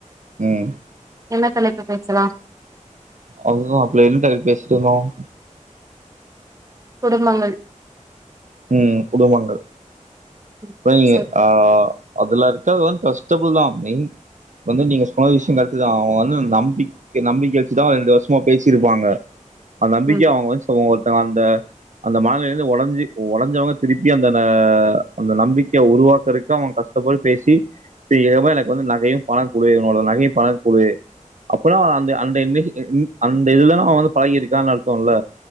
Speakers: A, on the right; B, on the right.
A: ம்
B: என்ன தலைப்பு பேசலா
A: அதுதான் அப்பள்ள எந்த தலப்பு பேசிட்டு இருந்தோம்.
B: குடும்பங்கள்
A: ம் குடும்பங்கள்
B: ம்
A: <unintelligible>
B: சரி
A: ஆ அதுலா இருக்கதுலா ட்ரஸ்டபுள் தான் நீங் வந்து நீங்க சொன்ன விஷயம் கரட்டு தான் அவங்க வந்து நம்பிக்க நம்பிக்கை வச்சுதான் ரெண்டு வருஷமா பேசிருப்பாங்க அத நம்பிக்கைய
B: ம்
A: அவங்க வந்து <unintelligible> அந்த அந்த மண நிலைல இருந்து உடஞ்சி உடஞ்சவங்க திருப்பி அந்த் ஆஹ் அந்த நம்பிக்கைய உருவாக்குறதுக்கு அவங்க கஷ்டப்பட்டு பேசி இப்ப எவன் வந்து எனக்கு வந்து நகையும் பண குடு என்னோட நகையும் பண குடு அப்பனா அந்த அந்த அந்த இதுதான் அவன் வந்து பழகியிருக்கான் அர்த்தோல